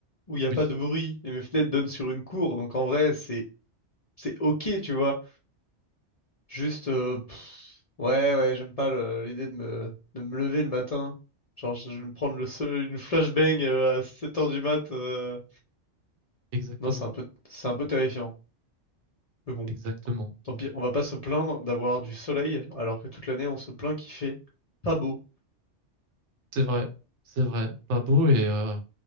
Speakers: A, on the left (about 50°); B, on the right (about 75°).
A: où il n'y a
B: Oui,
A: pas de bruit et mes fenêtres donnent sur une cour, donc en vrai, c'est c'est ok, tu vois. Juste, euh, pff, ouais, ouais, j'aime pas le- l'idée de me de me lever le matin. Genre, je je vais me prendre le seul, une flashbang euh, à 7 heures du mat. euh.
B: exactement.
A: Non, c'est un peu c'est un peu terrifiant. Mais bon,
B: Exactement.
A: tant
B: Oui.
A: pis, on va pas se plaindre d'avoir du soleil alors que toute l'année on se plaint qu'il fait pas beau.
B: C'est vrai. C'est vrai. Pas beau et, euh,